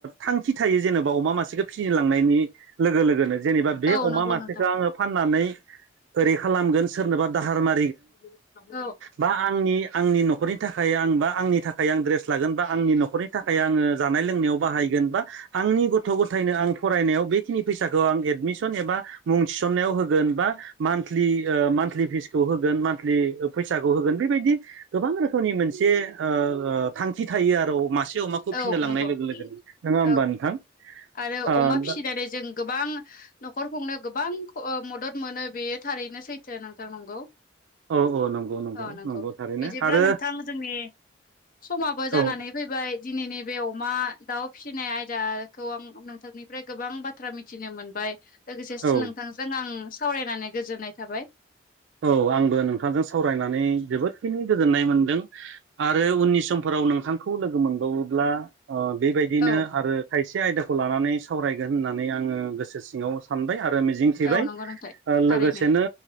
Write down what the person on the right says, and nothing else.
थांखि थायो जेनेबा अमा मासेखौ फिनोलांनायनि लोगो लोगोनो जेनेबा बे
अमा
मासेखौ
आङो फाननानै ओरै खालामगोन सोरनोबा दाहार मा
बा आंनि आंनि न'खरनि थाखाय आं बा आंनि थाखाय आं ड्रेस लागोन बा आंनि न'खरनि थाखाय आङो जानाय लोंनायाव बाहायगोन बा आंनि गथ' गथायनो आं फरायनायाव बेखिनि फैसाखौ आं एडमिसन एबा मुं थिसनायाव होगोन बा मान्थलि ओ मान्थलि फिसखौ होगोन मान्थलि फैसाखौ होगोन बेबायदि गोबां रोखोमनि मोनसे ओ थांखि थायो आरो मासे अमाखौ
फिनो लांनाय
लोगो लोगोनो नङा होमबा
नोंथां।
ओ
दा
औ औ नंगौ
थारैनो
आरो
औ
औ
औ आंबो नोंथांजों सावरायनानै जोबोदखिनि गोजोननाय मोनदों आरो उननि समफोराव नोंथांखौ लोगो मोनबावोब्ला ओ बेबायदिनो
आरो खायसे आयदाखौ लानानै सावरायगोन होननानै आङो गोसो सिङाव सानबाय आरो मिजिं थिबाय
ओ
लोगोसेनो